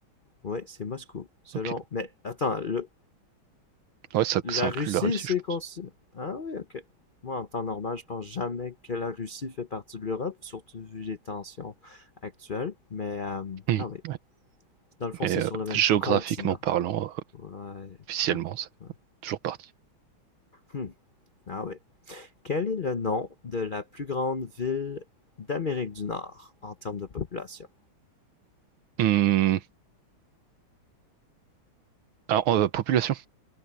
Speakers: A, on the left (about 60°); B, on the right (about 80°).
A: Oui, c'est Moscou. Selon.
B: Ok.
A: Mais attends, le-
B: Ouais, ça,
A: la
B: ça inclut
A: Russie,
B: la Russie,
A: c'est
B: je pense.
A: consi- Ah oui, ok. Moi, en temps normal, je pense jamais que la Russie fait partie de l'Europe, surtout vu les tensions actuelles. Mais euh,
B: Hmm,
A: ah oui,
B: ouais.
A: dans le fond,
B: Mais
A: c'est
B: euh,
A: sur le même
B: géographiquement
A: continent.
B: parlant, euh,
A: Ouais,
B: officiellement,
A: ok.
B: c'est
A: ouais.
B: toujours parti.
A: Hmm. Ah oui. Quel est le nom de la plus grande ville d'Amérique du Nord en termes de population?
B: Hmm, Alors, euh, population?